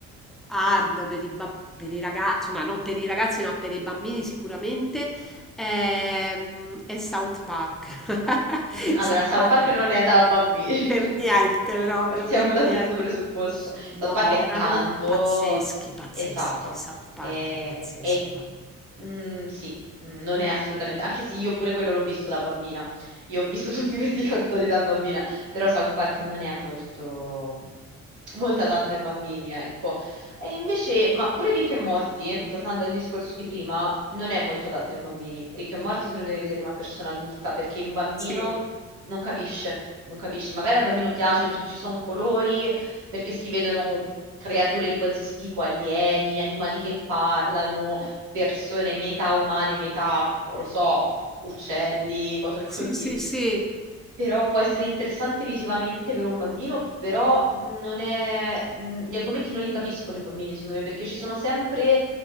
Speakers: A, in the centre; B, on the right.
A: hard per i, bam- per i ragazzi, insomma non per i ragazzi ma per i bambini sicuramente, ehm, è South Park. <laughs>
B: Mm, Allora,
A: South
B: South
A: Park
B: Park
A: è
B: non è da bambini.
A: per
B: <laughs>
A: niente proprio,
B: Partiamo
A: per
B: da questo
A: niente.
B: presupposto.
A: No,
B: South Park è
A: erano
B: tanto,
A: pazzeschi, pazzeschi.
B: esatto,
A: South Park
B: e,
A: è pazzesco.
B: e- mm, sì, mm, non è assolutamente, anche se io pure quello l'ho visto da bambina, io ho visto tutti questi <laughs> cartoni da bambina, però South Park non è molto, molto adatto ai bambini, ecco. E invece, ma pure Rick e Morty, tornando al discorso di prima, non è molto adatto ai bambini. Rick e Morty se lo deve vedere una persona adulta perché un bambino
A: Sì,
B: non capisce, non capisce. Magari al bambino piace perché ci sono colori, perché si vedono creature di qualsiasi tipo, alieni, animali che parlano, persone metà umane, metà, non lo so, uccelli, cose
A: sì,
B: così.
A: sì, sì.
B: Però può essere interessante visivamente per un bambino, però non è... mh, gli argomenti non li capiscono i bambini, secondo me, perché ci sono sempre